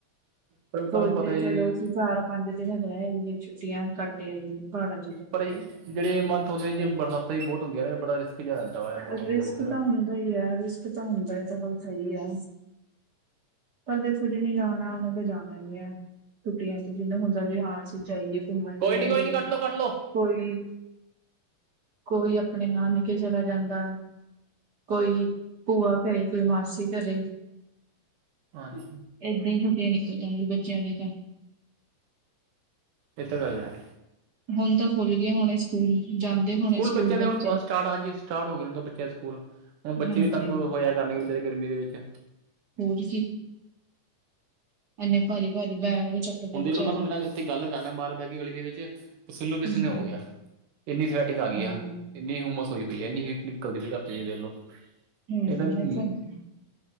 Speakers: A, on the right; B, on the right.
A: ਪਰ
B: ਸੋਚਦੇ
A: ਤੁਹਾਨੂੰ ਪਤਾ ਜੀ
B: ਚੱਲੋ ਅਸੀਂ, ਸਾਰ- ਪੰਜ ਦਿਨ ਰਹਿ ਆਈਏ। ਛੁੱਟੀਆਂ ਘੱਟ ਆਈਏ ਪਹਾੜਾਂ ਚ, ਜਾ
A: ਪਰ
B: ਕੇ।
A: ਜਿਹੜੇ ਮੰਥ ਹੁੰਦੇ ਜੇ, ਬਰਸਾਤਾ ਹੀ, ਬਹੁਤ ਹੁੰਦੀਆਂ ਨੇ, ਬੜਾ ਰਿਸਕੀ ਜਿਹਾ। ਵਾ ਮੌਸਮ
B: ਰਿਸਕ
A: ਦੇ ਵਿੱਚ ਨਾ
B: ਤਾਂ ਹੁੰਦਾ ਹੀ ਹੈ। ਰਿਸਕ ਤਾਂ ਹੁੰਦਾ ਹੀ, ਤਾਂ ਗੱਲ ਸਹੀ ਆ। ਪਰ ਰਿਸਕ ਚ, ਨੀ ਜਾਣਾ। ਜਾਣਾ ਹੀ ਹੈ ਛੁੱਟੀਆਂ ਚ ਜਿਨੂੰ ਹੁੰਦਾ ਹਾਂ ਅਸੀਂ ਜਾਈਏ ਘੁੰਮਣ
A: ਕੋਈ
B: ਫਿਰਨ
A: ਨੀ ਕੋਈ
B: ਮੇਲੇ
A: ਨੀ ਕੱਢ ਲੋ ਕੱਢ ਲੋ
B: ਕੋਈ ਕੋਈ ਆਪਣੇ ਨਾਨਕੇ ਚਲਾ ਜਾਂਦਾ ਹੈ ਕੋਈ ਭੂਆ ਘਰੇ ਕੋਈ ਮਾਸੀ ਘਰੇ
A: ਹਾਂਜੀ
B: ਇਦਾਂ ਹੀ ਛੁੱਟੀਆਂ ਨਿਕਲ ਜਾਂਦੀ ਬੱਚਿਆਂ ਦੀ ਤਾਂ
A: ਇਹ ਤਾਂ ਗੱਲ ਹੈ
B: ਹੁਣ ਤਾਂ ਖੁੱਲ ਗਏ ਹੋੁਣੇ ਸਕੂਲ ਜਾਂਦੇ ਹੋਣੇ
A: ਸਕੂਲ ਬੱਚਿਆਂ
B: ਬੱਚੇ
A: ਦੇ ਹੁਣ ਸਟਾਰਟ ਹਾਂਜੀ ਸਟਾਰਟ ਹੋ ਗਏ ਬੱਚੇ ਦੇ ਸਕੂਲ ਹੁਣ ਬੱਚੇ
B: ਹਾਂਜੀ
A: ਵੀ ਤੰਗ ਹੋਇਆ ਕਰਨ ਤੇ ਗਰਮੀ ਦੇ ਵਿੱਚ
B: ਹੋਰ ਕੀ ਇੰਨੇ ਭਾਜੀ ਭਾਜੀ ਬੈਗ ਚੱਕਦੇ
A: ਹੁਣ ਦੇਖਲੋ
B: ਵਿਚਾਰੇ
A: ਮੈਂ ਤੁਹਾਡੇ ਨਾਲ ਇੱਥੇ ਗੱਲ ਕਰਨਾ ਬਾਹ ਬਹਿ ਕੇ ਗਲੀ ਦੇ ਵਿੱਚ ਪਸੀਨੋ ਪਸੀਨੀ
B: ਹੂੰ,
A: ਹੋ ਗਿਆ ਇੰਨੀ ਸੈਟਿੰਗ ਆ ਗਈ
B: ਹਾਂ,
A: ਆ
B: ਹੂੰ,
A: ਇੰਨੀ ਹੁੰਮਸ ਹੋਈ ਪਈ ਹੈ ਇੰਨੀ ਹੀਟ ਨਿਕਲਦੀ ਪਈ ਰਾਤੀ ਦੇਖ ਲਓ <unintelligible>
B: ਇਹ ਤਾਂ ਹੈ।